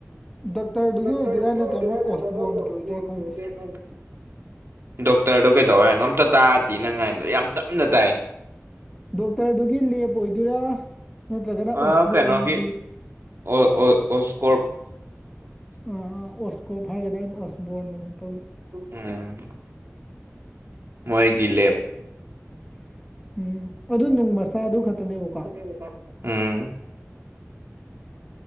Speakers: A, in the centre; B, on the right.
A: ꯗꯣꯛꯇꯔꯗꯨꯒꯤ
B: ꯗꯥꯛꯇꯔꯗꯒꯤ
A: ꯑꯣꯏꯗꯣꯏꯔꯥ ꯅꯠꯇ꯭ꯔꯒ
B: ꯑꯣꯏꯗꯣꯏꯔ
A: ꯃꯣꯏ ꯑꯣꯁꯕꯣꯟꯒꯤ
B: ꯅꯠꯇ꯭ꯔꯥ ꯑꯣꯔꯊꯣ
A: ꯑꯣꯏꯗꯣꯏꯔꯥ
B: ꯒꯤ ꯑꯣꯏꯗꯣꯏꯔ
A: ꯈꯪꯗꯦ
B: ꯃꯥꯏꯖꯤ ꯗꯣꯛꯇꯔꯗꯣ ꯀꯩꯗꯧ ꯍꯥꯏꯅꯣ ꯑꯝꯇ ꯇꯥꯗꯤꯌꯦ ꯅꯪ ꯉꯥꯏꯗꯣ ꯌꯥꯝ ꯇꯞꯅ ꯇꯥꯏ
A: ꯗꯣꯛꯇꯔꯗꯨꯒꯤ ꯂꯦꯞ ꯑꯣꯏꯗꯣꯏꯔꯥ ꯅꯠꯇ꯭ꯔꯒꯅ
B: ꯑ
A: ꯑꯣꯁꯕꯣꯟꯒꯤ
B: ꯀꯩꯅꯣꯒꯤ ꯑꯣ ꯑꯣ ꯑꯣꯀꯣꯔ
A: ꯑꯣ ꯑꯣꯁꯀꯣꯞ ꯍꯥꯏꯒꯗ ꯑꯩꯅ ꯑꯣꯁꯕꯣꯟ ꯑꯗꯨꯝ ꯇꯧ
B: ꯎꯝ ꯃꯣꯏꯒꯤ ꯂꯦꯞ
A: <unintelligible> ꯎꯝ ꯑꯗꯨ ꯅꯨꯡ ꯃꯆꯥ ꯑꯗꯨ ꯈꯛꯇꯅꯦꯕꯀꯣ
B: <unintelligible> ꯎꯝ